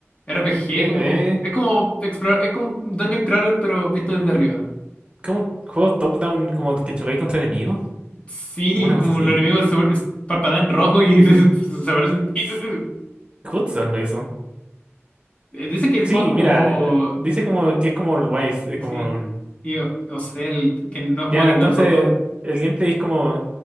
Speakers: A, on the left (about 25°); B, on the right (about 25°).
A: RPG,
B: ¿Qué?
A: como
B: ¿Eh?
A: es como explora- es como un Dungeon Crawler pero visto desde arriba.
B: ¿Cómo un juego top-down como que chocáis contra enemigos?
A: Sí,
B: ¿Una cosa
A: como
B: así?
A: los enemigos se vuel- parpadean rojo y <laughs> desaparecen. Y,
B: S-
A: uh, uh.
B: Hudson lo hizo.
A: Eh, Dice que el
B: Sí,
A: juego es como
B: mira, eh, dice como que es como el Wise, es como...
A: sí, y o- o sea, el que no ha jugado
B: Ya,
A: ninguno
B: entonces
A: de esos dos.
B: el gameplay es como